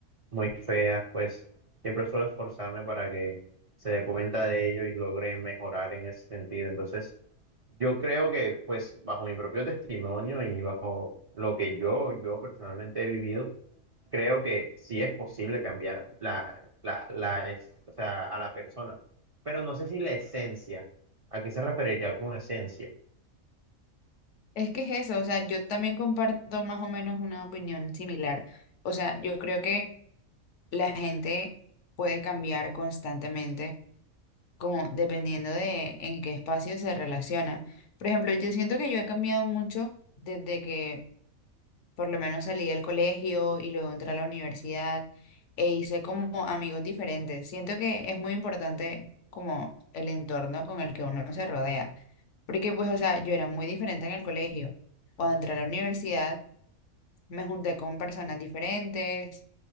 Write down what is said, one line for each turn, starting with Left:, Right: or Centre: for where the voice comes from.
Right: muy feas, pues siempre suelo esforzarme para que se dé cuenta de ello y logre mejorar en ese sentido. Entonces, yo creo que pues bajo mi propio testimonio y bajo lo que yo, yo personalmente he vivido, creo que sí es posible cambiar la, la, la es- o sea, a la persona, pero no sé si la esencia, ¿a qué se referiría con esencia?
Left: Es que es eso, o sea, yo también comparto más o menos una opinión similar. O sea, yo creo que la gente puede cambiar constantemente, como dependiendo de en qué espacio se relaciona. Por ejemplo, yo siento que yo he cambiado mucho desde que por lo menos salí del colegio y luego entré a la universidad e hice como amigos diferentes. Siento que es muy importante como el entorno con el que uno se rodea, porque pues, o sea, yo era muy diferente en el colegio. Cuando entré a la universidad, me junté con personas diferentes,